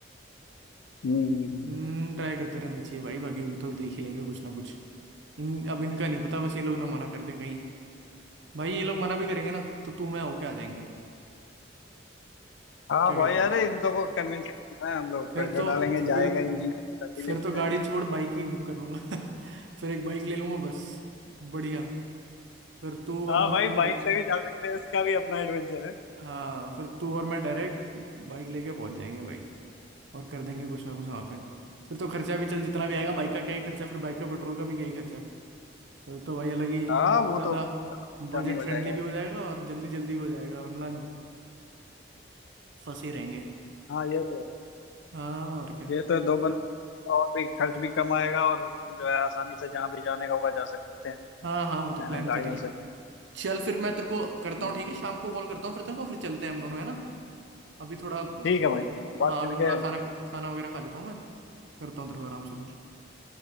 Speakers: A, on the left; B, on the right.
A: हम्म हम्म, हम्म।
B: हम्म, ट्राई करते रहना चाहिए भाई बाकी तो देख ही लेंगे कुछ ना कुछ इन अब इनका नहीं पता बस ये लोग ना मना कर दें कहीं भाई ये लोग मना भी करेंगे ना तो तू मैं होके आ जाएंगे
A: हाँ
B: क्या
A: भाई
B: कहते हैं
A: अरे इन लोगों को कन्विंस करना है हम लोग
B: फिर
A: प्रेशर
B: तो
A: डालेंगे जाएगा
B: फिर
A: ही नहीं तभी
B: फिर
A: लेके
B: तो
A: जाएंगे
B: गाड़ी छोड़ बाइक ही बुक कर लूंगा <laughs> फिर एक बाइक ले लूंगा बस बढ़िया फिर तू
A: हाँ
B: और मैं
A: भाई
B: डायरेक्ट
A: बाइक से भी जा सकते हैं उसका भी अपना एडवेंचर है
B: हाँ फिर तू और मैं डायरेक्ट बाइक लेके पहुंच जाएंगे भाई और कर देंगे कुछ ना कुछ वहां पे फिर तो खर्चा भी चल जितना भी आएगा बाइक का क्या ही खर्चा फिर बाइक का पेट्रोल का भी क्या ही खर्चा फिर तो भाई अलग ही
A: हाँ
B: और
A: वो
B: ज्यादा
A: तो
B: बजट
A: कम ही हो
B: फ्रेंडली
A: जाएगा भाई
B: भी हो जाएगा और जल्दी जल्दी भी हो जाएगा वरना फंसे ही रहेंगे
A: हाँ ये तो
B: हाँ और क्या
A: ये तो दो बंदे और भी खर्च भी कम आएगा और जो है आसानी से जहाँ भी जाने का होगा जा सकते हैं
B: हाँ हाँ वो तो
A: है
B: प्लान
A: ना गाड़ियों
B: कर ही लेंगे
A: से
B: चल फिर मैं तेरे को करता
A: हम्म,
B: हूँ ठीक है शाम को कॉल करता हूँ फिर तेरे को फिर चलते हैं हम दोनों है ना अभी थोड़ा
A: ठीक
B: होके
A: है भाई बात
B: हाँ अभी
A: करके
B: थोड़ा खाना पी- खाना वगैरह खा लेता हूँ मैं करता हूँ तेरे को आराम से फिर